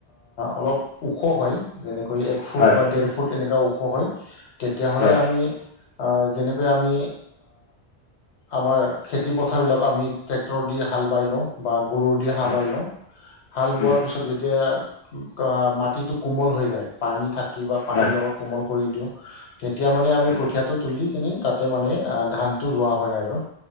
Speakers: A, on the left (about 85°); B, on the left (about 50°).
A: অলপ ওখ হয়। যেনেকৈ এক
B: হয়
A: ফুট বা ডেৰ ফুট এনেকুৱা ওখ হয়, তেতিয়াহ'লে
B: হয়
A: আমি যেনেকৈ আমি আমাৰ খেতি পথাৰ বিলাকক আমি ট্ৰেক্টৰ দি হাল বাই লওঁ বা গৰুৰ দি হাল
B: হয় হয়
A: বাই লওঁ হাল বোৱাৰ
B: উম,
A: পিছত যেতিয়া মাটিটো কোমল হৈ যায় পানী থাকি বা পানীৰ
B: হয়
A: লগত কোমল কৰি দিওঁ তেতিয়া মানে আমি
B: হয়
A: কঠীয়াটো তুলি কিনি তাতে মানে ধানটো ৰোৱা হয় আৰু